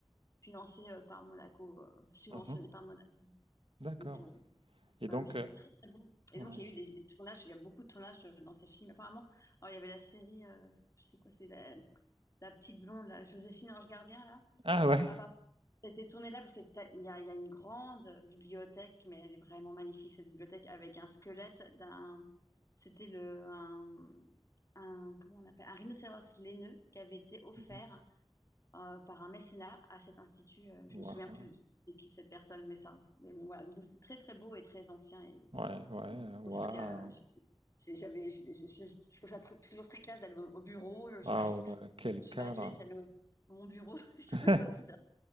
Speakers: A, on the left; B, on the right.
A: financé euh, par Monaco, euh, subventionné
B: Mhm.
A: par Monaco.
B: D'accord.
A: Donc euh,
B: Et
A: voilà,
B: donc,
A: mais c'était
B: euh,
A: très très bon. Et
B: ouais.
A: donc il y a eu des, des tournages, il y a beaucoup de tournages de- dans ces films apparemment. Alors il y avait la série, euh, je sais quoi, c'est la, la petite blonde, la Joséphine Ange Gardien là.
B: Ah, ouais.
A: Apparemment, c'était tourné là parce qu'il y a, il y a une grande bibliothèque, mais elle est vraiment magnifique cette bibliothèque avec un squelette d'un, c'était le un, un- comment on appelle, un rhinocéros laineux qui avait été offert
B: Mhm.
A: euh, par un mécénat à cet institut. euh, je me
B: Waouh.
A: souviens plus de c'était qui cette personne, mais ça, mais bon, voilà. Donc c'est très très beau et très ancien. Et
B: Ouais, ouais. Waouh.
A: bon, c'est vrai que euh, j'ai- j'avais, j'ai- j'ai- j'ai- je trouve ça très- toujours très classe d'aller au, au bureau. Je,
B: Waouh,
A: je, je,
B: euh, quel
A: je
B: cadre.
A: badgeais, j'allais au mon bureau. <laughs> Je
B: <laughs>
A: trouvais ça super.